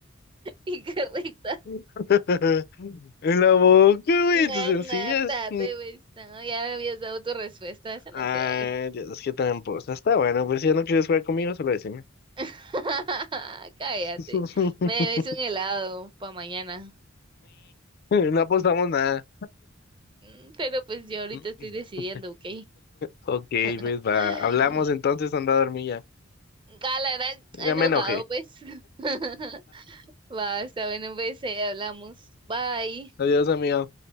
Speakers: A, on the right; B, on the left.
A: Incorrecta.
B: <laughs> En la boca, güey,
A: Una,
B: en tus sencillas
A: una <laughs> tarde, pues, no, ya me habías dado tu respuesta, esa no
B: Ay,
A: se vale.
B: Dios, qué tramposa. Está bueno, pues si ya no quieres jugar conmigo, solo decime.
A: <laughs> Cállate,
B: <laughs>
A: me debes un helado para mañana.
B: No apostamos nada.
A: Mm, Pero pues yo ahorita
B: <laughs>
A: estoy decidiendo, ¿ok?
B: Ok, pues
A: <laughs>
B: va. Hablamos entonces, anda a dormir ya.
A: Gala era
B: Ya
A: enojado,
B: me enojé.
A: pues. <laughs> Va, está bueno, pues, eh, hablamos. Bye.
B: Adiós, amigo.